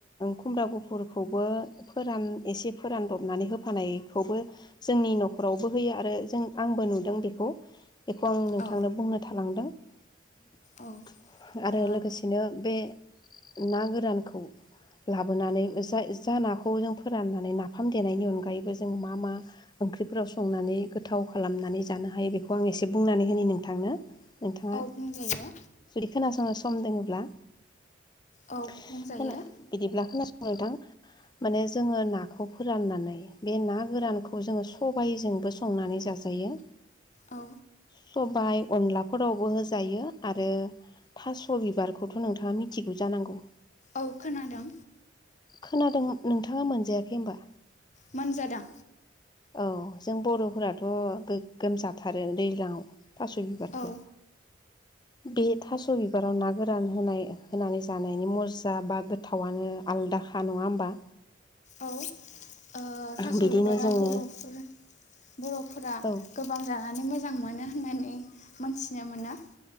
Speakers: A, on the left; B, on the left.
A: खुमब्रा गुफुरखौबो फोरान एसे फोरानदबनानै होफानायखौबो जोंनि न'खरावबो होयो आरो जों आंबो नुदों बेखौ बेखौ आं नोंथांनो
B: औ
A: बुंनो थालांदों <inaudible>
B: औ
A: आरो
B: ओ
A: लोगोसेनो बे ना गोरानखौ लाबोनानै जा जा नाखौ जों फोराननानै नाफाम देनायनि अनगायैबो जों मा मा ओंख्रिफोराव संनानै गोथाव खालामनानै जानो हायो बेखौ आं एसे बुंनानै हो नोंथांनो नोंथाङा
B: औ बुंजायो
A: जुदि खोनासंनो सम दङोब्ला
B: औ
A: <unintelligible>
B: बुंजायो
A: बिदिब्ला खोनासं <unintelligible> माने जोङो नाखौ फोराननानै बे ना गोरानखौ जोङो सबायजोंबो संनानै जाजायो।
B: औ।
A: सबाइ, अनलाफोरावबो होजायो आरो थास' बिबारखौथ' नोंथाङा <unintelligible> <unintelligible> जानांगौ।
B: औ खोनादों।
A: खोनादों नोंथाङा मोनजायाखै होनबा?
B: मोनजादों।
A: औ जों बर'फोराथ' गोगोमजाथारो दैज्लां आव। थास' बिबारखौ।
B: औ
A: बे थास' बिबाराव ना गोरान होनाय होनानै जानायनि मजा बा गोथावनो आलादाख नङा होमबा?
B: औ ओ थास'
A: बिदिनो
B: बिबारा
A: जोङो
B: बर'फोर -बर'फोरा
A: औ
B: गोबां जानानै मोजां <unintelligible> <unintelligible> होननानै मोनथिनो मोना।